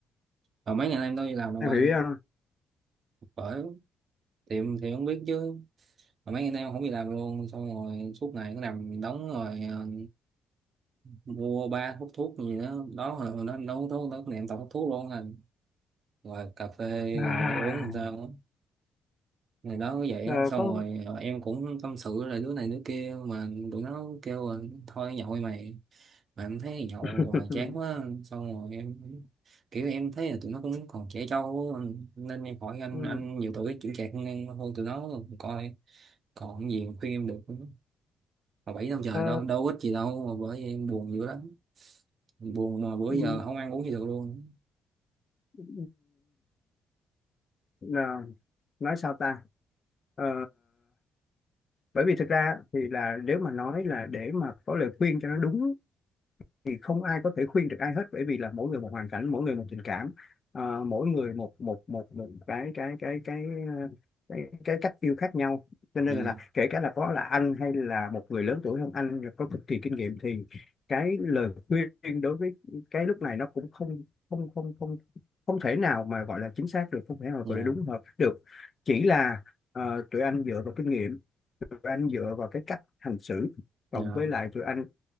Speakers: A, on the right; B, on the left.
A: mà mấy ngày nay em đâu đi làm đâu
B: em
A: anh
B: hiểu ý không
A: bởi thì em thì không biết chứ mà mấy ngày nay em không đi làm luôn xong rồi suốt ngày cứ nằm đóng rồi ờ, mua ba hút thuốc gì đó đó hồi nó nó hút thuốc đó niệm tao hút thuốc luôn rồi rồi cà phê
B: À,
A: rồi uống làm sao đó. Ngày đó cũng vậy
B: ờ,
A: đó. xong
B: có
A: rồi ờ, em cũng tâm sự là đứa này đứa kia mà tụi nó kêu là thôi nhậu đi mày mà em thấy nhậu
B: <laughs>
A: hoài chán quá xong rồi em kiểu em thấy là tụi nó cũng còn trẻ trâu á. nên em hỏi anh
B: ừ.
A: anh nhiều tuổi chững chạc hơn em thôi tụi nó coi còn gì mà khuyên em được nữa. mà bảy năm trời
B: Ờ,
A: đâu đâu ít gì đâu mà bởi vậy em buồn dữ lắm buồn mà bữa
B: ừ,
A: giờ không ăn uống gì được luôn
B: ừ, là nói sao ta Ờ, bởi vì thực ra thì là nếu mà nói là để mà có lời khuyên cho nó đúng thì không ai có thể khuyên được ai hết bởi vì là mỗi người một hoàn cảnh mỗi người một tình cảm ờ, mỗi người một một một một cái cái cái cái ờ, cái, cái cách yêu khác nhau cho nên
A: nhờ
B: là, là kể cả là có là anh hay là một người lớn tuổi hơn anh rồi có cực kỳ kinh nghiệm thì cái lời khuyên đối với cái lúc này nó cũng không không không không không thể nào mà gọi là chính xác được không thể nào
A: nhờ
B: gọi là đúng hợp được chỉ là ờ, tụi anh dựa vào kinh nghiệm tụi anh dựa vào cái cách hành xử cộng
A: nhờ
B: với lại tụi anh